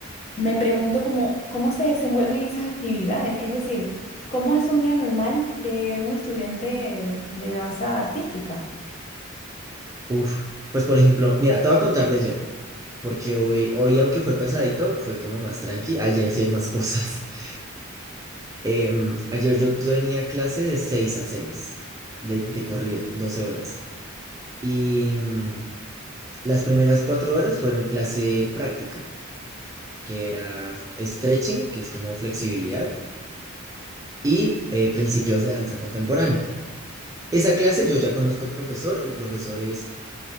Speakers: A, on the left; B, on the right.
A: me pregunto cómo, cómo se desenvuelven esas actividades, es decir, cómo es un día normal de un estudiante de danza artística.
B: uff. Pues por ejemplo, mira, te voy a contar de ayer, porque hoy, hoy aunque fue pesadito, fue como más tranqui. Ayer sí hay más cosas. <laughs> Em, ayer yo tenía clase de 6 a 6 de, de corrido, 12 horas. Y mm, las primeras cuatro horas fueron clase práctica. que era stretching, que es como flexibilidad, y eh, principios de danza contemporánea. Esa clase yo ya conozco al profesor, el profesor es